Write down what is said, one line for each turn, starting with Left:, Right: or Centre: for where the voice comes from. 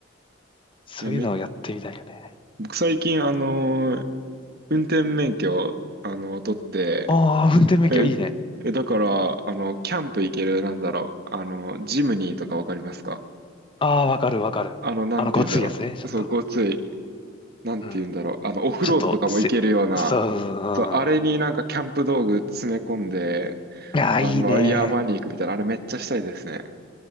Left: そういうのをやってみたいよね。
Right: いや、め、僕最近、あのー運転免許を、あのー取って、
Left: ああ、運転免許いいね。
Right: え、え、だから、あの、キャンプ行ける、なんだろう、あの、ジムニーとかわかりますか
Left: ああ、わかるわかる。
Right: あの、なんて言うんだろう。
Left: あの、ごついやつね、ちょっと。
Right: そう、ごつい、なんて言うんだろう。
Left: うん。
Right: あの、オフロードとかも行けるような、
Left: ちょっと、せ、そう、うん。
Right: そう、あれになんかキャンプ道具詰め込んで、
Left: いやー、
Right: あの、
Left: いいね。
Right: 山に行くみたいな、あれめっちゃしたいですね。